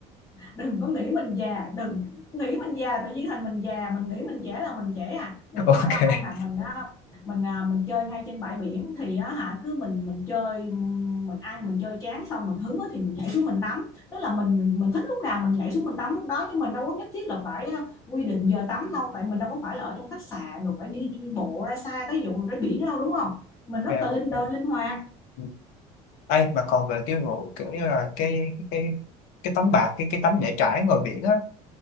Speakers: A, on the left (about 20°); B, on the left (about 75°).
A: đừng có nghĩ mình già đừng nghĩ mình già tự nhiên thành mình già mình nghĩ mình trẻ là mình trẻ à rồi
B: <laughs>
A: tôi hỏi
B: ok
A: ông là mình á mình à, mình chơi ngay trên bãi biển thì á hả cứ mình mình chơi mình ăn mình chơi chán xong mình hứng á thì mình nhảy xuống mình tắm tức là mình mình thích lúc nào mình nhảy xuống mình tắm lúc đó chứ mình đâu có nhất thiết là phải quy định giờ tắm đâu tại mình đâu có phải là ở trong khách sạn rồi phải đi bộ ra xa tới vụ ra biển đâu đúng không mình rất
B: ok
A: là linh
B: ok
A: đơn linh hoạt
B: Ừ. ấy mà còn về cái vụ kiểu như là cái cái cái tấm bạc cái cái tấm để trải ngoài biển á